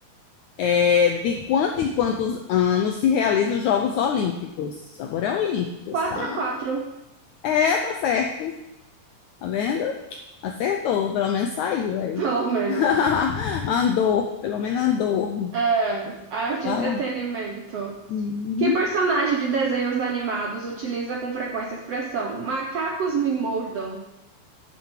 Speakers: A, on the left (about 80°); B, on the right (about 70°).
A: É, de quanto em quantos anos se realizam os Jogos Olímpicos? Agora é Olímpicos,
B: Quatro,
A: tá?
B: x 4
A: É, tá certo. Tá vendo? Acertou, pelo menos saiu aí.
B: Pelo menos.
A: <laughs> Andor, pelo menos andor.
B: É, arte
A: Vai
B: e entretenimento.
A: lá. Uhum.
B: Que personagem de desenhos animados utiliza com frequência a expressão macacos me mordam?